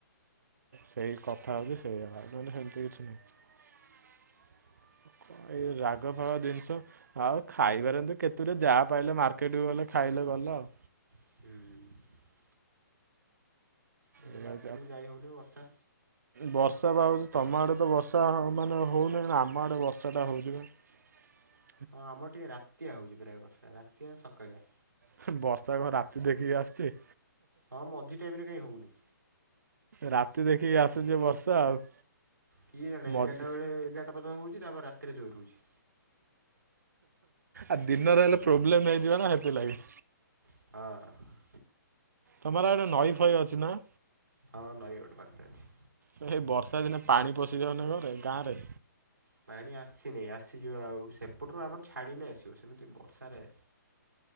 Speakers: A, on the right; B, on the right.
A: ସେଇ କଥା ହଉଛି ସେଇଆ, ନହେଲେ ସେମିତି କିଛି ନାହିଁ। ଏଇ ରାଗ ଫଳ ଜିନିଷ। ଆଉ ଖାଇପାରନ୍ତୁ କେତୁରେ ଯାହା ପାଇଲେ ମାର୍କେଟ କୁ ଗଲେ ଖାଇଲେ ଗଲା ଆଉ।
B: ହୁଁ। ଏବେ ତ
A: ଏଇ
B: ମାର୍କେଟକୁ
A: ହଉଛି
B: ଯାଇହଉନି ବର୍ଷା।
A: ବର୍ଷା ବା ହଉଛି ତମ ଆଡେ ତ ବର୍ଷା ମାନେ ହଉନହି ଆମ ଆଡେ ବର୍ଷା ଟା ହଉଛି ନା। <inaudible>
B: ହଁ ଆମର ଟିକେ ରାତିଆ ହେଉଛି ପ୍ରାୟ ବର୍ଷା ରାତିଆ ସକାଳେଆ।
A: ହୁ ବର୍ଷା କଣ ରାତି ଦେଖିକି ଆସୁଛି।
B: ହଁ, ମଝି ଟାଇମରେ କାହିଁ ହେଉନି?
A: ରାତି ଦେଖିକି ଆସୁଛି ବର୍ଷା ଆଉ।
B: କିଏ ଜାଣେ
A: ମଝି
B: ଏଗାରଟା ବେଳେ ଏଗାରଟା ପର୍ଯ୍ୟନ୍ତ ହଉଛି ତାପରେ ରାତିରେ ଜୋରେ ହଉଛି।
A: ଆ ଦିନରେ ହେଲେ ପ୍ରୋବ୍ଲେମ ହେଇଯିବ ନା ସେଥିଲାଗି।
B: ହଁ।
A: ତମର ଆଡେ ନଈ ଫଇ ଅଛି ନା।?
B: ହଁ ନଈ ଗୋଟେ ପାଖରେ ଅଛି।
A: ତ ସେଇ ବର୍ଷା ଦିନେ ପାଣି ପଶିଯାଉନି ଘରେ ଗାଁ ରେ।
B: ପାଣି ଆସିନେଇ ଆସିଯିବ ଆଉ ସେପଟରୁ ଆମର ଛାଡ଼ିନେ ଆସିବ ସେମିତି ବର୍ଷାରେ